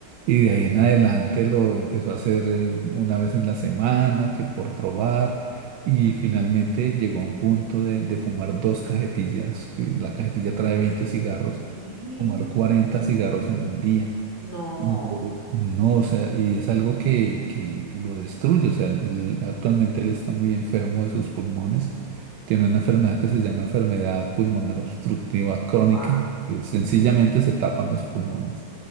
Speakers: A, on the right; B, on the left.
A: Y de ahí en adelante lo empezó a hacer eh, una vez en la semana, que por probar. Y finalmente llegó a un punto de, de fumar dos cajetillas, que la cajetilla trae 20 cigarros,
B: Y
A: fumar 40 cigarros en un día.
B: no,
A: Y eh, no, o sea, y es algo que, que lo destruye. O sea, él- actualmente él está muy enfermo de sus pulmones. Tiene una enfermedad que se llama enfermedad pulmonar obstructiva crónica.
B: wow,
A: Y sencillamente se tapan los pulmones.